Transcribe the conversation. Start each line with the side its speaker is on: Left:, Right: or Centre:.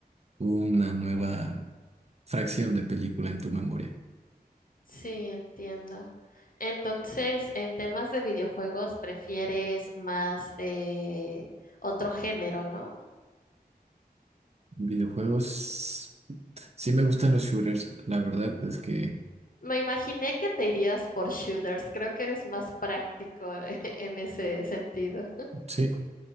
Right: una nueva fracción de película en tu memoria.
Left: sí, entiendo. Entonces, en temas de videojuegos, prefieres más eh, otro género, ¿no?
Right: Videojuegos, sí me gustan los shooters, la verdad es que
Left: Me imaginé que te irías por shooters. Creo que eres más práctico <laughs> en ese sentido.
Right: sí.